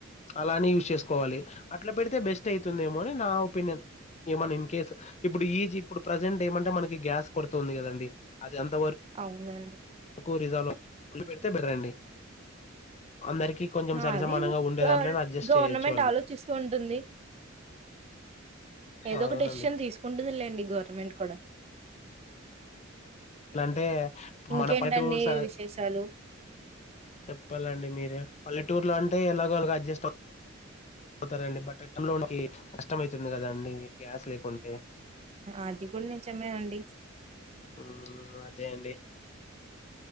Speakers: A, on the left; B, on the right.
A: అలానే యూస్ చేసుకోవాలి అట్లా పెడితే బెస్ట్ అవుతుందేమో అని నా ఒపీనియన్ ఏమన్నా ఇన్ కేస్ ఇప్పుడు ఈజ్ ఇప్పుడు ప్రజెంట్ ఏమంటే మనకి గ్యాస్ కొడుతుంది కదండి అది అంత
B: అవునండి
A: కోరుదాల అతే బెటర్ అండి అందరికీ కొంచెం
B: ఆ
A: సరి
B: అది
A: సమానంగా ఉండే దాంట్లో
B: ఆ
A: అడ్జస్ట్
B: గవర్నమెంట్
A: చేయొచ్చు వాళ్ళు
B: ఆలోచిస్తూ ఉంటుంది ఏదో
A: అవునండి.
B: ఒక డెసిషన్ తీసుకుంటుందిలేండి గవర్నమెంట్ కూడా
A: ప
B: ఇంకేంటండి
A: మన పల్లెటూరు స
B: విశేషాలు
A: చెప్పాలండి మీరు పల్లెటూరులో అంటే ఎలాగ అల అడ్జెస్ట్ పోతారండి బట్టటంలోకి కష్టం అవుతుంది కదా అండి గ్యాస్ లేకుంటే
B: అది కూడా నేను నిజమ నండి
A: మ్మ్ అదే అండి